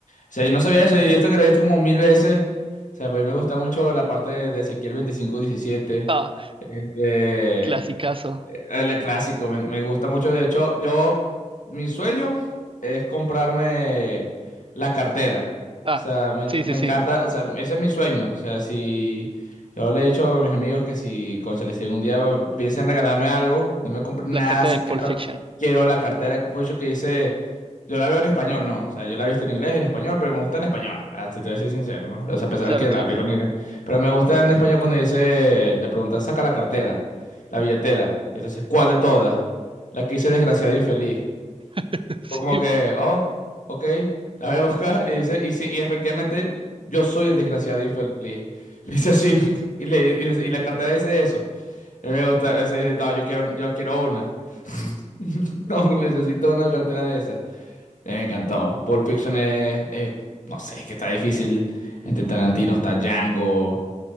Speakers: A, on the left; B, on the right.
A: O sea, yo no sabía eso y esto que lo he visto como mil veces. O sea, pues a mí me gusta mucho la parte de de Ezequiel 25-17.
B: Ah,
A: Este,
B: clasicazo.
A: el clásico, me, me gusta mucho. De hecho, yo, mi sueño es comprarme la cartera.
B: Ah,
A: O sea, me,
B: sí, sí,
A: me
B: sí.
A: encanta, o sea, ese es mi sueño. O sea, si yo le he dicho a mis amigos que si, cónchale, si algún día piensan regalarme algo, no me compren
B: La
A: nada
B: carta
A: así
B: de Pulp Fiction.
A: quiero la cartera de Confucio que dice, yo la veo en español, ¿no? O sea, yo la he visto en inglés, en español, pero me gusta en español, ah, si te voy a decir sincero, ¿no? O sea, a pesar
B: Claro,
A: de que
B: claro.
A: la pico en inglés. Pero me gusta en español cuando dice, le pregunta, saca la cartera, la billetera. Entonces, ¿cuál de todas? La que dice desgraciado e infeliz.
B: <laughs>
A: Y fue como
B: Sí.
A: que, oh, ok, la voy a buscar. Y dice, y sí, y efectivamente, yo soy el desgraciado e infeliz. <laughs> Le dice así, <laughs> y, le- y le- y la cartera dice eso. A mí me gusta, eso dije, no, yo quiero, yo quiero una. <laughs> No, necesito una cartera de esas. Eh, me encantó. Pulp Fiction es, eh, no sé, es que está difícil. Entre Tarantino está Django.